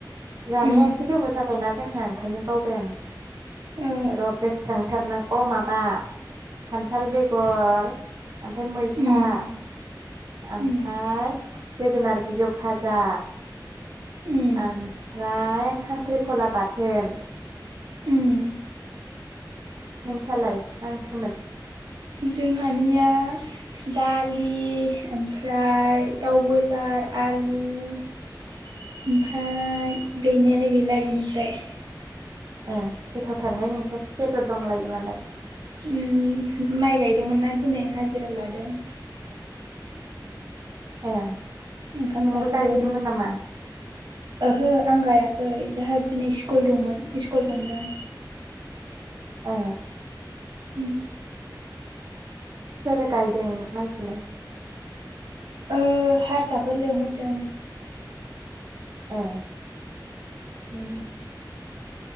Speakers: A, on the right (about 45°); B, on the right (about 75°).
A: जानाया
B: उम
A: एसे गोबाव जाबायना। जोंहा ओंखायनो बावबाय आं
B: ओ
A: र' गोसोखांथारनां अ माबा। खान्थाल बेगर ओमफ्राय मैथा।
B: उम
A: ओमफ्राय
B: उम
A: जोगोनार बिजौ भाजा।
B: उम
A: ओमफ्राय खांख्रिखला बाथोन।
B: उम।
A: नोंसायालाय मा ओंख्रिमोन।
B: जोंहानिया। दालि ओमफ्राय दाउ बयलार आलु। ओमफ्राय गैनायालाय गैला बिनिफ्राय।
A: ए गोथावथारहाय नोंस्रासो बेदर दंलायो मालाय।
B: उम माइ गायदोंमोनना दिनै हाजिरा लादों।
A: ए
B: ओंखाम
A: नोंबो
B: जाहोदों
A: गायहैदोंमोन नामा।
B: ओहो आं गायाखै जोंहा दिनै स्कुल दंमोन स्कुल थांदों।
A: अ।
B: उ।
A: सोर गायदों माइखौलाय।
B: ओ हारसाफोर लिंहरदों।
A: ए उम।